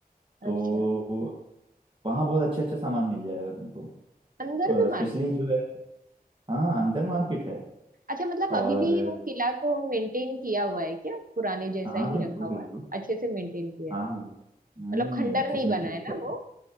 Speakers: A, on the right (about 35°); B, on the right (about 60°).
A: तो
B: अच्छा
A: वहाँ बहुत अच्छा अच्छा सामान मिल जाएगा तुमको
B: अंदर भी मार
A: स्पेशली जो है हाँ अंदर मार्केट है
B: अच्छा मतलब
A: और
B: अभी भी वो किला को मेंटेन किया हुआ है क्या पुराने जैसा
A: हाँ
B: ही
A: बिल्कुल
B: रखा हुआ
A: बिल्कुल
B: है अच्छे से मेंटेन किया
A: हाँ
B: है
A: हाँ।
B: मतलब
A: हम्म
B: खंडर
A: अच्छे
B: नहीं
A: से मेंटेन
B: बना है
A: किया
B: ना वो